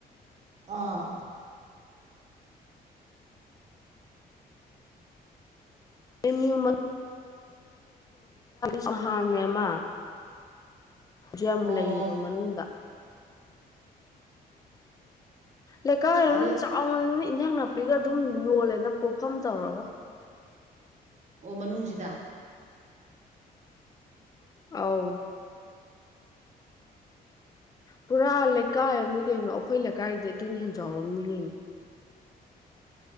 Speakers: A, on the right; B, on the left.
A: ꯑꯥ
B: ꯑꯦꯝ ꯌꯨ ꯃ <inaudible> ꯍꯥꯡꯉꯦꯃ ꯍꯧꯖꯤ ꯌꯝ
A: ꯑꯣ
B: ꯂꯩꯕ ꯃꯅꯨꯡꯗ ꯂꯩꯀꯥꯏ ꯑꯃ
A: ꯑꯗꯣ
B: ꯆꯥꯎꯅꯅꯤꯅ ꯏꯟꯖꯥꯡ ꯅꯥꯄꯤꯒ ꯑꯗꯨꯝ ꯌꯣꯜꯂꯦꯗ ꯄꯣꯠꯐꯝ ꯇꯧꯔꯒ
A: ꯑꯣ ꯃꯅꯨꯡꯖꯤꯗ
B: ꯑꯥꯎ ꯄꯨꯔꯥ ꯂꯩꯀꯥꯏ ꯑꯃꯅꯤꯅꯤ ꯀꯩꯅꯣ ꯑꯩꯈꯣꯏ ꯂꯩꯀꯥꯏꯗꯤ ꯑꯗꯨꯅ ꯍꯦꯟ ꯆꯥꯎꯔꯝꯅꯤ ꯒꯩꯅꯣ